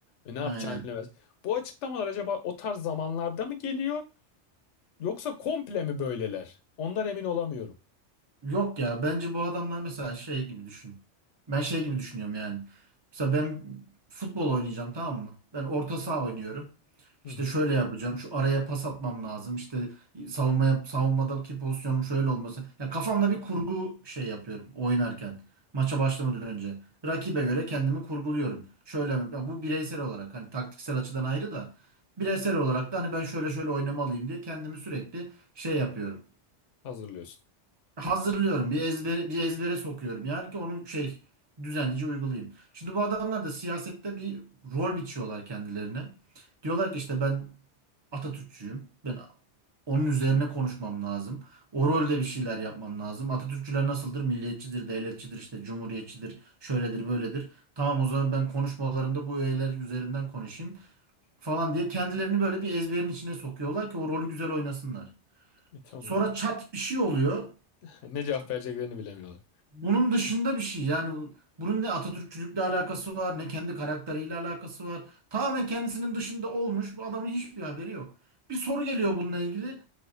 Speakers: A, on the left; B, on the right.
A: Ve ne yapacağını
B: aynen.
A: bilemez. Bu açıklamalar acaba o tarz zamanlarda mı geliyor yoksa komple mi böyleler? Ondan emin olamıyorum.
B: Yok ya bence bu adamlar mesela şey gibi düşün. Ben şey gibi düşünüyorum yani. Mesela ben futbol oynayacağım tamam mı? Ben orta saha oynuyorum.
A: Hı
B: İşte
A: hı.
B: şöyle yapacağım. Şu araya pas atmam lazım. İşte savunmaya, savunmadaki pozisyonum şöyle olması. Ya kafamda bir kurgu şey yapıyorum oynarken. Maça başlamadan önce. Rakibe göre kendimi kurguluyorum. Şöyle ya bu bireysel olarak hani taktiksel açıdan ayrı da bireysel olarak da hani ben şöyle şöyle oynamalıyım diye kendimi sürekli şey yapıyorum
A: Hazırlıyorsun.
B: hazırlıyorum. Bir ezbere, bir ezbere sokuyorum. Yani ki onu şey düzenlice uygulayayım. Şimdi bu adamlar da siyasette bir rol biçiyorlar kendilerine. Diyorlar ki işte ben Atatürkçüyüm. Ben onun üzerine konuşmam lazım. O rolde bir şeyler yapmam lazım. Atatürkçüler nasıldır? Milliyetçidir, devletçidir, işte cumhuriyetçidir, şöyledir, böyledir. Tamam o zaman ben konuşmalarımda bu öğeler üzerinden konuşayım falan diye kendilerini böyle bir ezberin içine sokuyorlar ki o rolü güzel oynasınlar.
A: E, tamam.
B: Sonra çat bir şey oluyor.
A: <laughs> Ne cevap vereceklerini bilemiyorlar.
B: Bunun dışında bir şey yani bunun ne Atatürkçülükle alakası var ne kendi karakteriyle alakası var. Tamamen kendisinin dışında olmuş bu adamın hiçbir haberi yok. Bir soru geliyor bununla ilgili